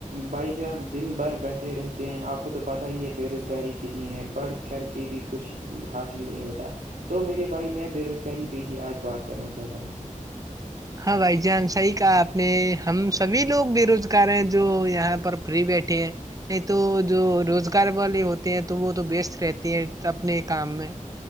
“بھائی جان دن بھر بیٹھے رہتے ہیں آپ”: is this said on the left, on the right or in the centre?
Right